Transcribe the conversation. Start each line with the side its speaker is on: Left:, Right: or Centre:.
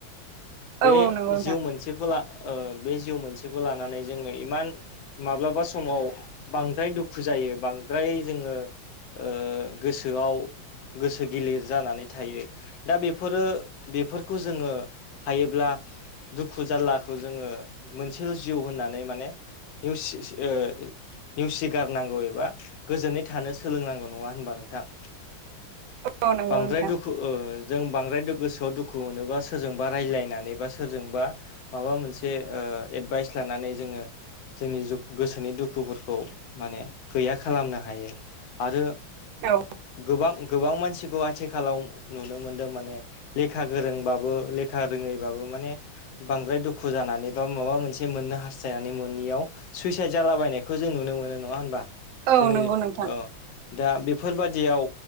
Left: बे
Right: औ औ नंगौ नोंथां
Left: जिउ मोनसेखौ ला ओ बे जिउ मोनसेखौ लानानै जोङो इमान माब्लाबा समाव बांद्राय दुखु जायो, बांद्राय जोङो ओ गोसोआव गोसो गिलिर जानानै थायो। दा बेफोरो बेफोरखौ जोङो हायोब्ला दुखु जार्लाखौ जोङो मोनसेल' जिउ होननानै माने निउसि ओ नेवसिगारनांगौ एबा गोजोनै थानो सोलोंनांगौ नङा होनबा नोंथां!
Right: औ नंगौ
Left: बांद्राय
Right: नोंथां
Left: दुखु ओ जों बांद्राय गोसोआव दुखु मोनोबा सोरजों बा रायलायनानै बा सोरजोंबा माबा मोनसे ओ एडभाइस लानानै जोङो जोंनि गोसोनि दुखुफोरखौ माने गैया खालामनो हायो आरो
Right: औ
Left: गोबां गोबां मानसिखौ आथिखालाव नुनो मोनदों माने लेखा गोरोंबाबो खा रोङैबाबो माने बांद्राय दुखु जानानै बा माबा मोनसे मोननो हास्थायनानै मोनियाव सुइसाइद जालाबायनायखौ जों नुनो मोनो नङा होनबा
Right: औ
Left: जोंनि
Right: नंगौ नोंथां
Left: औ दा बेफोरबादियाव